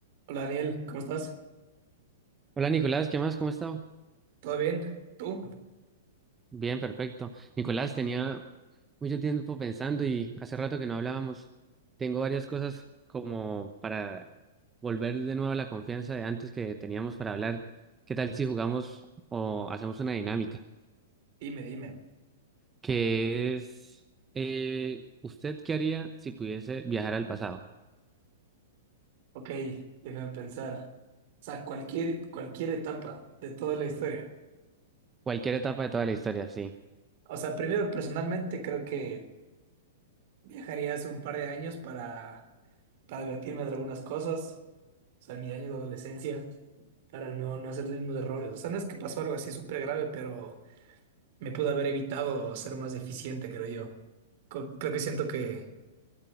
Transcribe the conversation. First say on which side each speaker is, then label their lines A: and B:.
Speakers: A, on the right (about 55°); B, on the right (about 15°).
A: Hola Daniel, ¿cómo estás?
B: Hola Nicolás, ¿qué más? ¿Cómo está?
A: ¿Todo bien? ¿Tú?
B: Bien, perfecto. Nicolás, tenía mucho tiempo pensando y hace rato que no hablábamos. Tengo varias cosas como para volver de nuevo a la confianza de antes que teníamos para hablar. ¿Qué tal si jugamos o hacemos una dinámica?
A: Dime, dime.
B: Que es, eh, ¿usted qué haría si pudiese viajar al pasado?
A: Ok, déjame pensar. O sea, cualquier, cualquier etapa de toda la historia.
B: Cualquier etapa de toda la historia, sí.
A: O sea, primero personalmente creo que viajaría hace un par de años para, para divertirme de algunas cosas. O sea, en mis años de adolescencia, para no, no hacer los mismos errores. O sea, no es que pasó algo así súper grave, pero me pude haber evitado ser más eficiente, creo yo. Co- creo que siento que,